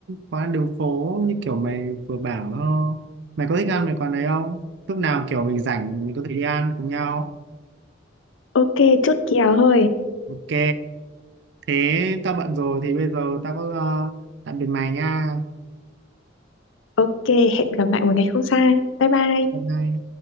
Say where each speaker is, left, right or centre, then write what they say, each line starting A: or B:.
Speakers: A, on the right; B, on the left.
A: quán đường phố như kiểu mày vừa bảo ờ, mày có thích ăn mấy quán đấy không lúc nào kiểu mình rảnh mình có thể đi ăn cùng nhau
B: Ok, chốt kèo thôi.
A: ok thế tao bận rồi thì bây giờ tao có ờ, tạm biệt mày nha
B: Ok, hẹn gặp lại một ngày không xa. Bye bye.
A: bye bye